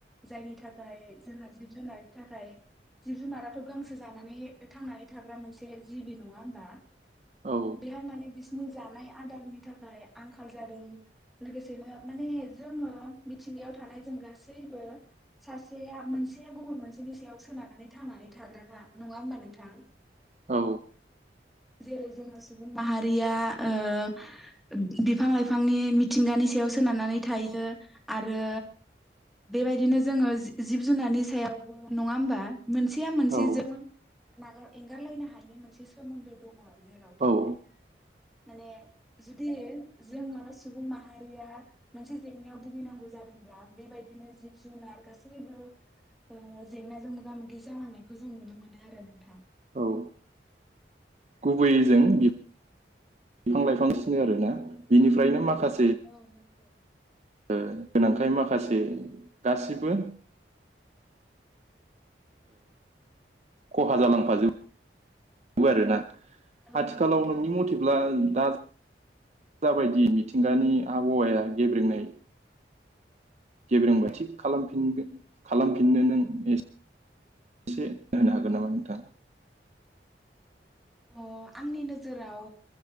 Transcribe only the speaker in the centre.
जायनि थाखाय जोंहा जिब जुनार थाखाय जिब जुनाराथ' गांसो जानानै थांनानै थाग्रा मोनसे जिबि नङा होमबा
बिहाय माने बिसिनि जा थानाय आदारनि थाखाय आंखाल जादों लोगोसेनो माने जोङो मिथिंगायाव थानाय जों गासैबो सासेया मोनसे गुबुन मोनसेनि सायाव सोनारनानै थांनानै थाग्राखा नङा होमबा नोंथां?
जेरै जोङो सुबुं माहारिया ओ बिफां लाइफांनि मिथिंगानि सायाव सोनारनानै थायो आरो बेबायदिनो जोङो जिब जुनारनि सायावबो नङा होमबा? मोनसेया मोनसेजों।
नागार एंगारलायनो हानाय मोनसे सोमोन्दो दङ जेराव बेनिखायनो
माने जुदि जोङो सुबुं माहारिया मोनसे जेंनायाव भुगिनांगौ जादोंब्ला बेबायदिनो जिब जुनार गासैबो ओ जेंनाजों मोगा मोगि जानांनायखौ जों नुनो मोनो आरो नोंथां।
औ नंगौ।
औ
नंगौ नंगौ
अ आंनि नोजोराव